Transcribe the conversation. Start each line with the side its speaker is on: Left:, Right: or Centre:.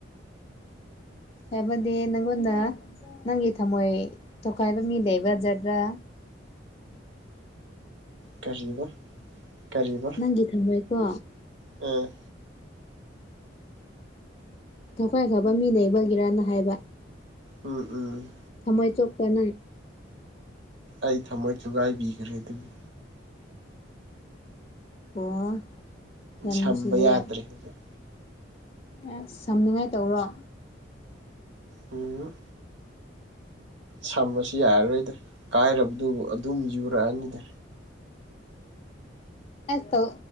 Left: ꯍꯥꯏꯕꯗꯤ ꯅꯪꯉꯣꯟꯗ ꯅꯪꯒꯤ ꯊꯝꯃꯣꯏ ꯊꯣꯈꯥꯏꯕ ꯃꯤ ꯂꯩꯕꯖꯗ꯭ꯔꯥ
Right: ꯀꯔꯤꯕ ꯀꯔꯤꯕ
Left: ꯒꯤ ꯊꯝꯃꯣꯏꯀꯣ
Right: ꯎꯝ
Left: ꯊꯈꯥꯏꯈꯕ ꯃꯤ ꯂꯩꯕꯒꯤꯔꯥꯅ ꯍꯥꯏꯕ
Right: ꯎꯝ ꯎꯝ
Left: ꯊꯝꯃꯣꯏ ꯆꯣꯛꯄ ꯅꯥꯏ
Right: ꯑꯩ ꯊꯃꯣꯏ ꯊꯨꯒꯥꯏꯕꯤꯈ꯭ꯔꯦ ꯑꯗꯨꯕꯨ
Left: ꯑꯣ ꯌꯥꯝꯅꯨꯡꯁꯤꯌꯦ
Right: ꯁꯝꯕ ꯌꯥꯗ꯭ꯔꯦ ꯍꯧꯖꯤꯛ
Left: ꯑꯁ ꯁꯝꯅꯤꯉꯥꯏ ꯇꯧꯔꯣ
Right: ꯑꯣ ꯁꯝ ꯑꯁꯤ ꯌꯥꯔꯔꯣꯏꯗ ꯀꯥꯏꯔꯕꯗꯨꯕꯨ ꯑꯗꯨꯝ ꯌꯨꯔꯛꯑꯅꯤꯗ
Left: ꯑꯁ ꯇꯧ